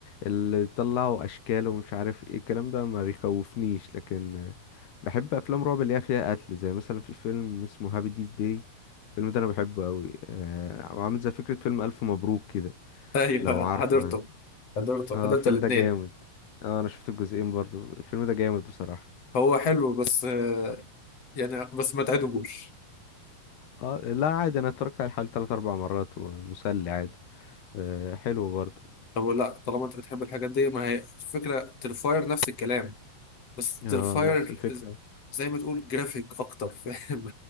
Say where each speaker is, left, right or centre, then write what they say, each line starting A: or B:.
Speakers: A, on the left; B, on the left.
A: اللي بيطلعوا أشكال ومش عارف ايه الكلام ده ما بيخوفنيش لكن بحب أفلام رعب اللي هي فيها قتل زي مثلا في فيلم اسمه هابي ديز داي الفيلم ده أنا بحبه أوي آه عامل زي فكرة فيلم ألف مبروك كده
B: <laughs> ايوه
A: لو عارفه
B: حضرته
A: يعني
B: حضرته
A: اه
B: حضرت
A: الفيلم
B: الاثنين
A: ده جامد اه أنا شفت الجزئين برضو الفيلم ده جامد بصراحة
B: هو حلو بس آه يعني بس ما تعدهوش
A: اه لا عادي انا اتفرجت عليه حوالي تلات اربع مرات ومسلي عادي آه حلو برضه
B: طب لا طالما انت بتحب الحاجات دي ما هي الفكره ترفاير نفس الكلام بس ترفاير
A: اه نفس الفكرة
B: زي ما تقول جرافيك اكتر فاهم